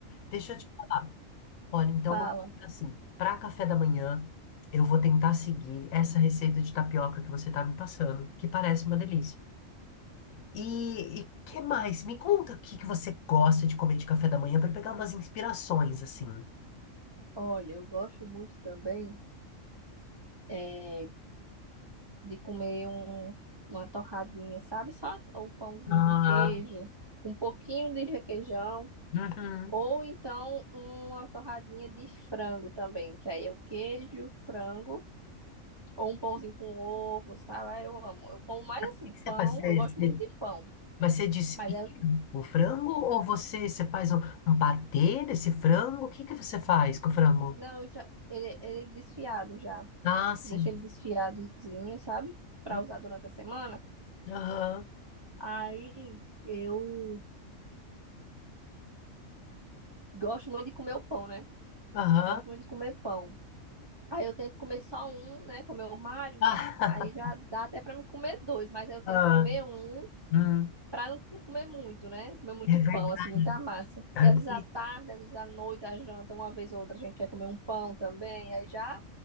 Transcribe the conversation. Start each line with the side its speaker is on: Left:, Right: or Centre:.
Left: Deixa eu te Olha, então
Right: Fala,
Left: vamos fazer assim, para café da manhã, eu vou tentar seguir essa receita de tapioca que você tá me passando, que parece uma delícia. E o que mais? Me conta o que que você gosta de comer de café da manhã para pegar umas inspirações assim.
Right: olha, eu gosto muito também é, de comer um, uma torradinha, sabe? Só um pãozinho
Left: Ah,
Right: com queijo, com um pouquinho de requeijão.
Left: uhum.
Right: Ou
Left: O
Right: então uma torradinha de frango também, que aí é o queijo, frango. Ou um pãozinho com ovo, sabe? Ah, eu amo. Eu como mais assim,
Left: que que você
Right: pão.
Left: faz? Você,
Right: Eu gosto
Left: você,
Right: muito de pão.
Left: mas você desfia
Right: Mas é,
Left: o frango ou você, você faz um, um patê desse frango? O que que você faz com o frango?
Right: não, eu já, ele, ele é desfiado já.
Left: Ah, sim.
Right: Deixei ele desfiadozinho, sabe? Pra
Left: Hum,
Right: usar durante a semana.
Left: Aham,
Right: Aí eu gosto muito de comer o pão, né?
Left: aham.
Right: Gosto muito de comer pão. Aí eu tento comer só um, né? Comer o Mário.
Left: <laughs>
Right: Aí já dá até pra me comer dois, mas aí eu tento
Left: Ah,
Right: comer um
Left: ah,
Right: Pra não, não comer muito, né? Comer muito
Left: É verdade.
Right: pão, assim, muita massa. Porque
Left: Ah,
Right: às vezes
Left: E-
Right: à tarde, às vezes à noite, à janta, uma vez ou outra, a gente quer comer um pão também, aí já